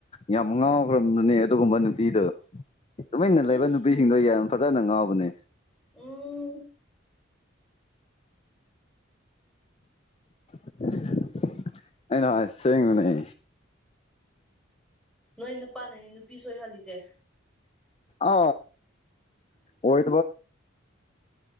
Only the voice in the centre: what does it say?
ꯏꯁ
ꯎꯝ꯫
ꯅꯣꯏ ꯅꯨꯄꯥꯅꯅꯦ ꯅꯨꯄꯤ ꯁꯣꯏꯍꯜꯂꯤꯁꯦ